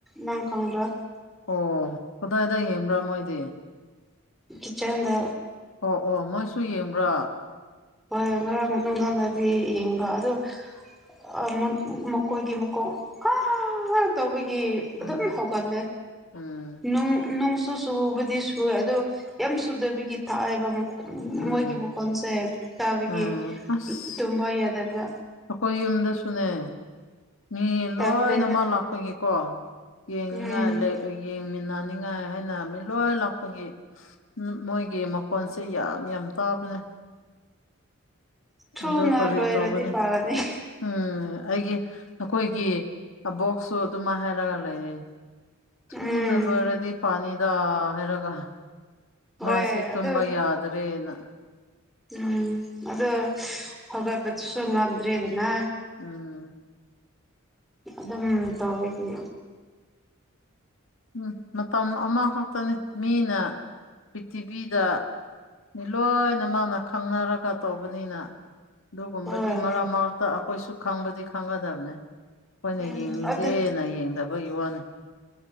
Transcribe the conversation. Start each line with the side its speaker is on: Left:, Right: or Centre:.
Centre: ꯅꯪ ꯈꯪꯕ꯭ꯔꯥ
Left: ꯑꯣ ꯀꯗꯥꯏꯗ ꯌꯦꯡꯕ꯭ꯔꯥ ꯃꯣꯏꯗꯤ
Centre: ꯀꯤꯆꯟꯗ
Left: ꯑꯣ ꯑꯣ ꯃꯣꯏꯁꯨ ꯌꯦꯡꯕ꯭ꯔ
Centre: ꯍꯣꯏ ꯉꯔꯥꯡ ꯅꯨꯡꯗꯥꯡꯗꯗꯤ ꯌꯦꯡꯕ ꯑꯗꯨ ꯑ ꯃ ꯃꯀꯣꯏꯒꯤ ꯃꯀꯣꯛ ꯑꯥ ꯇꯧꯕꯒꯤ
Left: ꯎꯝ
Centre: ꯑꯗꯨꯝ ꯍꯧꯒꯠꯂꯦ
Left: ꯎꯝ
Centre: ꯅꯨꯡ ꯅꯨꯡꯁ ꯁꯨ ꯁꯨꯨꯕꯗꯤ ꯁꯨꯋꯦ ꯑꯗꯣ ꯌꯥꯝ ꯁꯨꯗꯕꯒꯤ ꯊꯥꯏꯑꯦꯕ ꯃꯈ‌ꯣ
Left: ꯎꯝ
Centre: ꯃꯣꯏꯒꯤ ꯃꯈꯣꯟꯁꯦ ꯇꯥꯕꯒꯤ
Left: ꯎꯝ ꯑꯁ
Centre: ꯇꯨꯝꯕ ꯌꯥꯗꯕ
Left: ꯑꯩꯈꯣꯏ ꯌꯨꯝꯗꯁꯨꯅꯦ ꯃꯤ
Centre: ꯇꯜꯂꯦꯗ
Left: ꯂꯣꯏꯅꯃꯛ ꯂꯥꯛꯄꯒꯤꯀꯣ ꯌꯦꯡꯅꯤꯡꯉꯥꯏ
Centre: ꯎꯝ
Left: ꯌꯦꯡꯃꯤꯟꯅꯅꯤꯡꯉꯥꯏ ꯍꯥꯏꯅ ꯃꯤ ꯂꯣꯏ ꯂꯥꯛꯄꯒꯤ ꯃꯣꯏꯒꯤ ꯃꯈꯣꯟꯁꯦ ꯌꯥꯝ ꯌꯥꯝ ꯇꯥꯕꯅꯦ
Centre: ꯊꯨꯅ
Left: ꯑꯗꯨ ꯀꯔꯤ
Centre: ꯂꯣꯏꯔꯗꯤ
Left: ꯇꯧꯒꯅꯤ
Centre: ꯐꯒꯅꯤ
Left: ꯎꯝ ꯑꯩꯒꯤ ꯅꯈꯣꯏꯒꯤ ꯑꯕꯣꯛꯁꯨ ꯑꯗꯨꯝꯃꯥꯏꯅ ꯍꯥꯏꯔꯒ ꯂꯩꯔꯦ ꯊꯨꯅ
Centre: ꯎꯝ
Left: ꯂꯣꯏꯔꯗꯤ ꯐꯅꯤꯗ ꯍꯥꯏꯔꯒ
Centre: ꯍꯣꯏ
Left: ꯃꯥꯁꯤ ꯇꯨꯝꯕ
Centre: ꯑꯗꯨ
Left: ꯌꯥꯗ꯭ꯔꯦꯅ
Centre: ꯎꯝ ꯑꯗꯣ ꯍꯧꯒꯠꯄꯗꯨꯁꯨ ꯉꯝꯗ꯭ꯔꯦꯗꯅ
Left: ꯎꯝ
Centre: ꯑꯗꯨꯝ ꯇꯧꯋꯤꯗꯤ
Left: ꯎꯝ ꯃꯇꯝ ꯑꯃꯈꯛꯇꯅꯤ ꯃꯤꯅ ꯄ꯭ꯔꯤꯊꯤꯕꯤꯗ ꯂꯣꯏꯅꯃꯛꯅ ꯈꯪꯅꯔꯒ ꯇꯧꯕꯅꯤꯅ ꯑꯗꯨꯒꯨꯝꯕꯗꯤ
Centre: ꯍꯣꯏ
Left: ꯃꯔꯛ ꯃꯔꯛꯇ ꯑꯩꯈꯣꯏꯁꯨ ꯈꯪꯕꯗꯤ ꯈꯪꯒꯗꯕꯅꯤ ꯈ‌ꯣꯏꯅ
Centre: ꯎꯝ
Left: ꯌꯦꯡꯅꯤꯡꯗꯦꯅ
Centre: ꯑꯗꯨ
Left: ꯌꯦꯡꯗꯕꯒꯤ ꯋꯥꯅꯤ